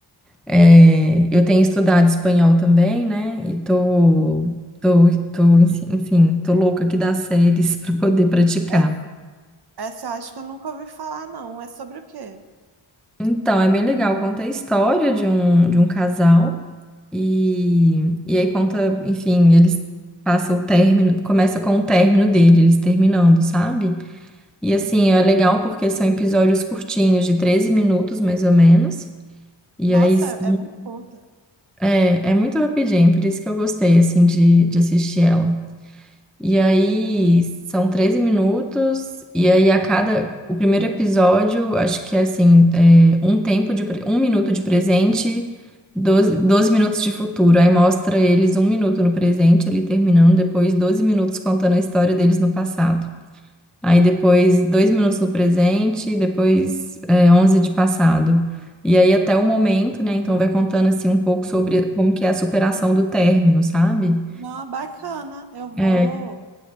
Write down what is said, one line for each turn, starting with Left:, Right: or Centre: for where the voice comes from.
Centre: É, eu tenho estudado espanhol também, né? E tô,
Right: Uhum.
Centre: tô, tô, enfim, tô louca aqui das séries <laughs> para poder praticar.
Right: É- Essa eu acho que eu nunca ouvi falar, não. É sobre o quê?
Centre: Então, é bem legal. Conta a história de um, de um casal e, e aí conta, enfim, eles passam o término, começa com o término dele, eles terminando, sabe? E
Right: Uhum.
Centre: assim, é legal porque são episódios curtinhos, de 13 minutos mais ou menos. E
Right: Nossa,
Centre: aí s-
Right: é é muito curta.
Centre: é, é muito rapidinho, por isso que eu gostei, assim, de, de assistir ela. E aí são 13 minutos, e aí a cada. O primeiro episódio, acho que é assim, é, um tempo de pre- um minuto de presente, doze doze minutos de futuro. Aí mostra eles um minuto no presente, ele terminando, depois 12 minutos contando a história deles no passado. Aí depois dois minutos no presente, depois é, 11 de passado. E aí até o momento, né? Então vai contando assim um pouco sobre
Right: Ah,
Centre: como que é a superação do término, sabe?
Right: Não, bacana. Eu vou.
Centre: É,